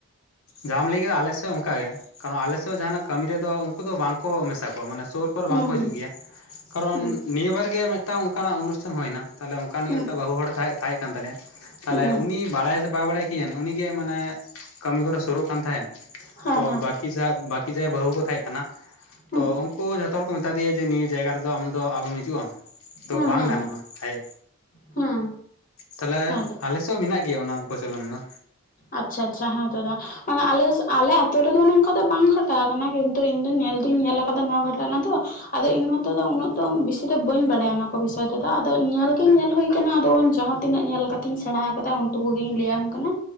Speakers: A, on the left; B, on the left.
A: ᱡᱟᱦᱟᱢ ᱞᱟᱹᱭ ᱠᱮᱫᱟ ᱟᱞᱮ ᱥᱮᱫ ᱜᱮ ᱚᱱᱠᱟ ᱜᱮ ᱾ ᱠᱟᱨᱚᱱ ᱟᱞᱮ ᱥᱮᱫ ᱡᱟᱦᱟᱱᱟᱜ ᱠᱟᱹᱢᱤ ᱨᱮᱫᱚ ᱩᱱᱠᱩ ᱫᱚ ᱵᱟᱝ ᱠᱚ ᱢᱮᱥᱟ ᱠᱚᱣᱟ ᱢᱟᱱᱮ ᱥᱩᱨ ᱠᱚ ᱟᱨ
B: ᱦᱩᱸ
A: ᱵᱟᱝᱠᱚ
B: ᱦᱩᱸ
A: ᱦᱤᱡᱩᱜ ᱜᱮᱭᱟ ᱠᱟᱨᱚᱱ
B: ᱦᱩᱸ
A: ᱱᱤᱭᱟᱹ ᱵᱟᱨ ᱜᱮ ᱢᱤᱫᱴᱟᱝ ᱚᱱᱠᱟᱱᱟᱜ ᱚᱱᱩᱥᱴᱷᱟᱱ ᱦᱩᱭᱱᱟ ᱛᱟᱦᱚᱞᱮ ᱚᱱᱠᱟᱱ ᱢᱤᱫᱴᱮᱱ
B: ᱦᱩᱸ
A: ᱵᱟᱹᱦᱩ ᱦᱚᱲ ᱮ ᱛᱟᱦᱮᱸ ᱛᱟᱦᱮ ᱠᱟᱱ ᱛᱟᱞᱮᱭᱟ ᱛᱟᱦᱚᱞᱮ
B: ᱦᱩᱸ ᱦᱩᱸ
A: ᱩᱱᱤ ᱵᱟᱲᱟᱭ ᱵᱟᱭ ᱵᱟᱲᱟᱭ ᱠᱮᱭᱟ ᱩᱱᱤ ᱜᱮ ᱢᱟᱱᱮ ᱠᱟᱹᱢᱤ ᱠᱚᱨᱮ ᱥᱩᱨᱩᱜ ᱠᱟᱱ ᱛᱟᱦᱮᱱ
B: ᱦᱮᱸ
A: ᱛᱚ
B: ᱦᱮᱸ
A: ᱵᱟᱠᱤ <inaudible> ᱵᱟᱠᱤ ᱡᱟᱸᱦᱟᱭ ᱵᱟᱹᱦᱩ ᱠᱚ ᱛᱟᱦᱮᱸ ᱠᱟᱱᱟ
B: ᱦᱩᱸ
A: ᱛᱚ ᱩᱝᱠᱩ ᱡᱷᱚᱛᱚ ᱛᱚ ᱠᱚ ᱢᱮᱛᱟ ᱫᱮᱭᱟ ᱡᱮ ᱱᱤᱭᱟᱹ ᱡᱟᱭᱜᱟ ᱨᱮᱫᱚ ᱟᱢ ᱫᱚ ᱟᱞᱚᱢ ᱦᱤᱡᱩᱜ-ᱟ ᱫᱚ
B: ᱦᱩᱸ
A: ᱵᱟᱝ
B: ᱦᱩᱸ
A: ᱜᱟᱱᱚᱜᱼᱟ
B: ᱦᱩᱸ
A: ᱦᱮᱡ
B: ᱦᱩᱸ
A: ᱛᱟᱞᱦᱮ
B: ᱦᱮᱸ ᱫᱟ
A: ᱟᱞᱮ ᱥᱮ ᱛᱚ ᱢᱮᱱᱟᱜ ᱜᱮᱭᱟ ᱚᱱᱟ ᱯᱚᱪᱚᱞᱚᱱ ᱫᱚ
B: ᱟᱪᱪᱷᱟ ᱟᱪᱪᱷᱟ ᱦᱮᱸ ᱛᱚ ᱫᱟ ᱢᱟᱱᱮ ᱟᱞᱮ ᱥᱮ ᱟᱞᱮ ᱟᱹᱛᱳ ᱨᱮᱫᱚ ᱱᱚᱝᱠᱟ ᱫᱚ ᱵᱟᱝ ᱜᱷᱚᱴᱟᱣ ᱠᱟᱱᱟ ᱠᱤᱱᱛᱩ ᱤᱧ ᱫᱩᱧ ᱧᱮᱞ ᱫᱩᱧ ᱧᱮᱞ ᱠᱟᱫᱟ ᱱᱚᱣᱟ ᱜᱷᱚᱴᱚᱱᱟ ᱫᱚ ᱟᱫᱚ ᱤᱧ ᱦᱚᱸᱛᱚ ᱫᱚ ᱩᱱᱟᱹᱜ ᱫᱚ ᱵᱤᱥᱤ ᱫᱚ ᱵᱟᱹᱧ ᱵᱟᱲᱟᱭᱟ ᱚᱱᱟ ᱠᱚ ᱵᱤᱥᱚᱭ ᱛᱮᱫᱚ ᱛᱚ ᱟᱫᱚ ᱧᱮᱞ ᱜᱤᱧ ᱧᱮᱞ ᱦᱩᱭ ᱠᱟᱱᱟ ᱟᱫᱚ ᱩᱱ ᱡᱟᱦᱟᱸ ᱛᱤᱱᱟᱹᱜ ᱧᱮᱞ ᱠᱟᱛᱤᱧ ᱥᱮᱬᱟ ᱠᱟᱫᱟ ᱩᱱ ᱴᱩᱠᱩ ᱜᱤᱧ ᱞᱟᱹᱭᱟᱢ ᱠᱟᱱᱟ